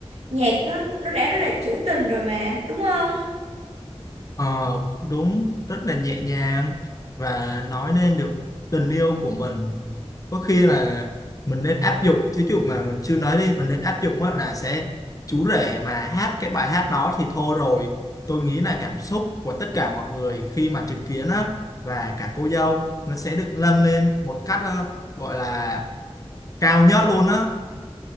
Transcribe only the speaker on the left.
Ờ, đúng rất là nhẹ nhàng và nói nên được tình yêu của mình có khi là mình nên áp dụng thí dụ mà mình chưa nói đi mình nên áp dụng á là sẽ chú rể mà hát cái bài hát đó thì thôi rồi tôi nghĩ là cảm xúc của tất cả mọi người khi mà chứng kiến á và cả cô dâu nó sẽ được nâng lên một cách ờ, gọi là cao nhất luôn á